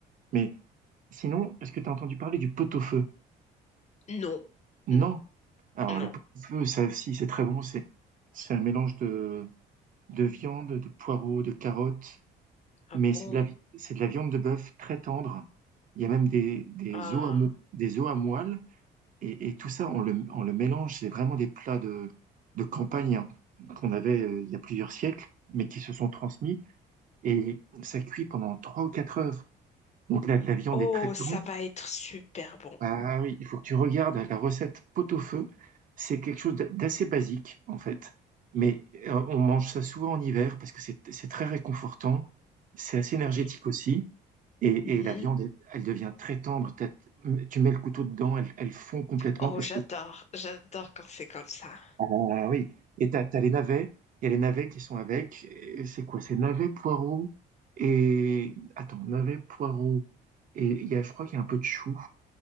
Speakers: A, on the right; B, on the left.
A: Mais sinon, est-ce que tu as entendu parler du pot-au-feu?
B: Non,
A: Non.
B: non,
A: Alors, le
B: non.
A: pot-au-feu, ça aussi, c'est très bon. C'est, c'est un mélange de, de viande, de poireaux, de carottes.
B: Ah
A: mais
B: bon?
A: c'est de la, vi- c'est de la viande de bœuf très tendre. Il y a même des, des
B: Ah.
A: os à, mou- des os à moelle. Et, et tout ça, on le, on le mélange. C'est vraiment des plats de, de campagne hein, qu'on avait euh, il y a plusieurs siècles, mais qui se sont transmis. Et ça cuit pendant trois ou quatre heures. Donc là, la viande
B: Oh,
A: est très tendre.
B: ça va être super bon.
A: Ah oui, il faut que tu regardes la recette pot-au-feu. C'est quelque chose d'a- d'assez basique, en fait. Mais euh, on mange ça souvent en hiver parce que c'est c'est très réconfortant. C'est assez énergétique
B: Oui.
A: aussi. Et,
B: Mhm.
A: et la viande, elle, elle devient très tendre. T'as- Tu mets le couteau dedans, elle, elle fond complètement
B: Oh,
A: parce
B: j'adore,
A: que.
B: j'adore quand c'est comme ça.
A: Ah oui. Et t'as, t'as les navets. Il y a les navets qui sont avec. Et C'est quoi? C'est navets, poireaux et. Attends, navets, poireaux. Et il y a, je crois qu'il y a un peu de chou.